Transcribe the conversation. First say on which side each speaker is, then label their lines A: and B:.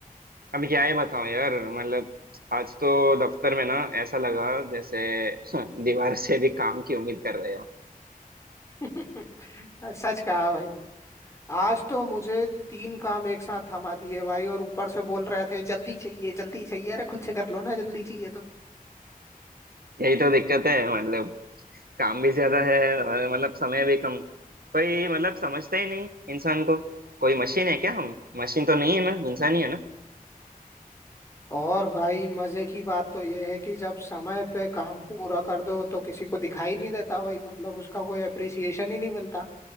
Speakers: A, on the right (about 80°); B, on the left (about 20°).
A: अभी क्या ही बताऊं यार मतलब आज तो दफ्तर में ना ऐसा लगा जैसे <laughs> दीवार से भी काम की उम्मीद कर रहे हो
B: <laughs> सच कहा भाई आज तो मुझे तीन काम एक साथ थमा दिए भाई और ऊपर से बोल रहे थे जल्दी चाहिए जल्दी चाहिए अरे खुद से कर लो ना जल्दी चाहिए
A: यही तो दिक्कत है मतलब काम भी ज्यादा है और मतलब समय भी कम कोई मतलब समझता ही नहीं इंसान को कोई मशीन है क्या हम मशीन तो नहीं है ना
B: तो
A: इंसान ही है ना
B: और भाई मजे की बात तो यह है कि जब समय पे काम पूरा कर दो तो किसी को दिखाई नहीं देता भाई मतलब उसका कोई अप्रिसिएशन ही नहीं मिलता